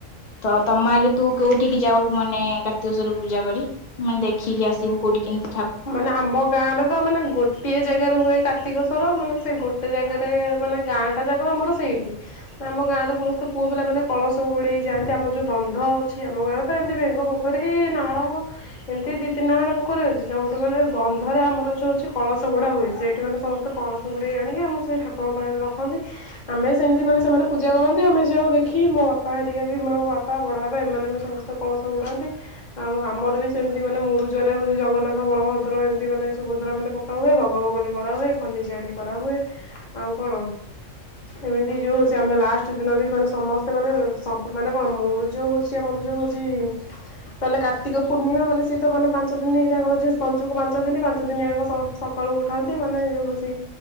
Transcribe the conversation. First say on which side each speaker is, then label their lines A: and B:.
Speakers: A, on the left; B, on the left.
A: ତ ତମ ହେଲେ ତୁ କୋଉଠିକି ଯାଉଠୁ ମାନେ କାର୍ତ୍ତିକେଶ୍ଵରକୁ ପୂଜା କରି ମାନେ ଦେଖିକି ଆସିବୁ କୋଉଠି କିନ୍ତୁ
B: ମାନେ ଆମ ଗାଁ ରେ ତ ମାନେ ଗୋଟିଏ ଜାଗାରେ ହୁଏ କାର୍ତ୍ତିକେଶ୍ଵର ମାନେ ସେଇ ଗୋଟେ ଜାଗାରେ ମାନେ ଗାଁ ତା ଯାକ ଆମର ସେଇଠି ଆମ ଗାଁର ସମସ୍ତେ ପୁଅ ପିଲାମାନେ କଳସ ବୁଡ଼େଇଯାଆନ୍ତି। ଏ ଆମ ଯେଉଁ ବନ୍ଧ ଅଛି ଆମ ଗାଁରେ ତ ଏମିତି ବେଙ୍ଗୁ ପୋଖରୀ ନାଳ ଏମିତି ଦୁଇ ତିନିଟା ଖଣ୍ଡେ ପୋଖରୀ ଅଛି। ଯେଉଁଠୁ ମାନେ ବନ୍ଧରେ ଆମର ଯଉ ହେଉଛି କଳସ ବୁଡ଼ା ହୁଏ ସେଇଠି ମାନେ ସମସ୍ତେ କଳସ ବୁଡ଼େଇ ଆଣିକି ଆମ ସେଇ ଠାକୁରଙ୍କ ପାଖରେ ରଖନ୍ତି ଆମେ ସେମିତି ମାନେ ସେମାନେ ପୂଜା କରନ୍ତି ଆମେ ଯାଉ ଦେଖି ମୋ ବାପା ହେରିକା ବି ମାନେ ମୋ ବାପା ବଡ଼ ବାପା ଏମାନେ ବି ସମସ୍ତେ କଳସ ବୁଡ଼ାନ୍ତି ଆଉ ଆମର ବି ସେମିତି ମାନେ ମୁରୁଜରେ ହଉଛି ଜଗନ୍ନାଥ। ବଳଭଦ୍ର ଏମିତି ମାନେ ସୁଭଦ୍ରା ମାନେ ପକା ହୁଏ ବଗବଗୁଲି କରାହୁଏ ଖନିଜାଡି କରାହୁଏ ଆଉ କଣ ଏମିତି ଯୋଉ ହଉଛି ଆମେ ଲାଷ୍ଟ ଦିନ ବି ମାନେ ସମସ୍ତେ ମାନେ ସପ ମାନେ କଣ ମୁରୁଜ ହଉଛି। ସେ ଆମର ଯଉ ହଉଛି। ହେଲେ କାର୍ତ୍ତିକ ପୂର୍ଣ୍ଣିମା ମାନେ ସେତ ମାନେ ପାଞ୍ଚ ଦିନ ହେଇ ତାଙ୍କର ଯ ପଞ୍ଚକୁ ପାଞ୍ଚ ଦିନ ପାଞ୍ଚ ଦିନ ଆଙ୍କ ସମସ୍ତେ ସକାଳୁ ଉଠାନ୍ତି ମାନେ ଯେଉ ହେଉଛି